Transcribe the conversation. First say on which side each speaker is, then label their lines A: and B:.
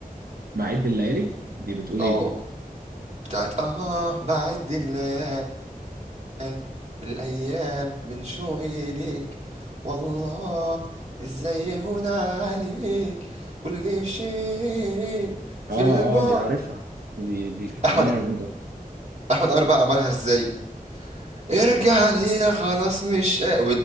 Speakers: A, on the right; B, on the right.
A: بعيد بالليالي دي بتقول
B: اه
A: ايه دي
B: بتاعت اه بعد الليالي الأمل والأيام من شوقي ليك والله إزاي هنا عليك كل شيء في
A: اه
B: البعد
A: اه دي عارفها دي دي كانت
B: أحمد
A: اغنية جامدة
B: أحمد عمرو بقى عملها إزاي ارجع
A: ازاي
B: ليا خلاص مش قا-